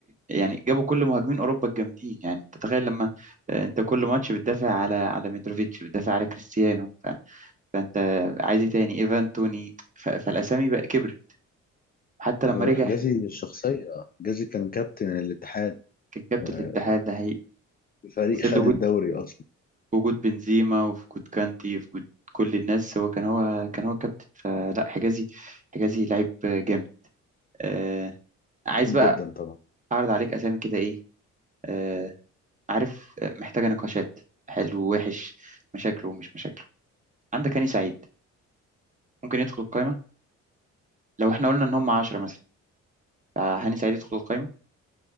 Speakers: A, on the right (about 25°); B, on the left (about 30°).
A: يعني جابوا كل مهاجمين أوروبا الجامدين يعني أنت تتخيل لما آه، أنت كل ماتش بتدافع على على متروفيتش بتدافع على كريستيانو ف- فأنت عايز إيه تاني إيفان توني ف- فالأسامي بقى كبرت حتى لما
B: هو
A: رجع
B: حجازي الشخصية حجازي كان كابتن الاتحاد
A: كان كابتن
B: آه،
A: الاتحاد ده هي
B: فريق
A: في ظل
B: خد
A: وجود
B: الدوري اصلا
A: وجود بنزيما وفي وجود كانتي وفي وجود كل الناس هو كان هو كان هو كابتن فلا حجازي حجازي لعيب جامد آه، عايز
B: جميل
A: بقى
B: جدا طبعا
A: أعرض عليك أسامي كده إيه آه، عارف آه، محتاجة نقاشات حلو ووحش مشاكله ومش مشاكله عندك هاني سعيد ممكن يدخل القايمة لو احنا قلنا ان هم 10 مثلا فهاني سعيد يدخل القايمة